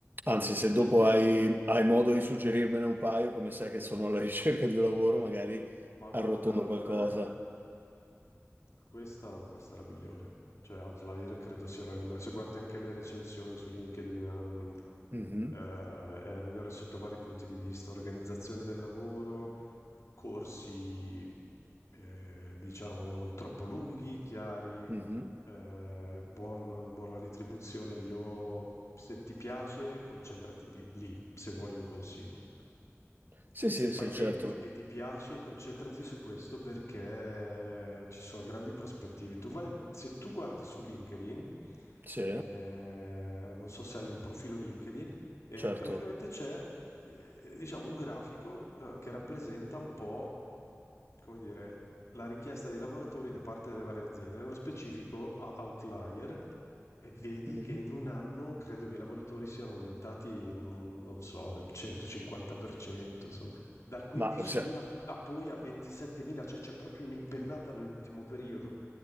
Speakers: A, on the right; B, on the left.
A: Anzi, se
B: Sì,
A: dopo
B: anche...
A: hai, hai modo di suggerirmene un paio, come sai che sono alla ricerca di un lavoro, magari
B: Ma guarda,
A: arrotondo
B: per
A: qualcosa.
B: me Questa, questa è la migliore. Cioè, Outlier credo sia l'anime. Se guardi anche le recensioni su LinkedIn, ehm,
A: Mhm,
B: eh, è la migliore sotto vari punti di vista: organizzazione del lavoro, corsi, eh, diciamo, non troppo lunghi, chiari,
A: mhm.
B: eh, buon- buona retribuzione. Io, se ti piace, concentrati lì, se vuoi un consiglio.
A: Sì,
B: Se
A: sì,
B: fai
A: sì,
B: bene
A: certo.
B: e ti piace, concentrati su questo perché eh, ci sono grandi prospettive. Tu vai- se tu guardi su LinkedIn,
A: Sì,
B: eh, non so se hai un profilo LinkedIn, eh,
A: certo.
B: praticamente c'è, eh, diciamo, un grafico, eh, che rappresenta un po', come dire, la richiesta di lavoratori da parte delle varie aziende, nello specifico a- Outlier, e vedi
A: Mhm.
B: che in un anno credo che i lavoratori siano aumentati, mm, non so, del 150%, insomma, da 15.000
A: Ma se-
B: a poi a 27.000, cioè c'è proprio un'impennata nell'ultimo periodo.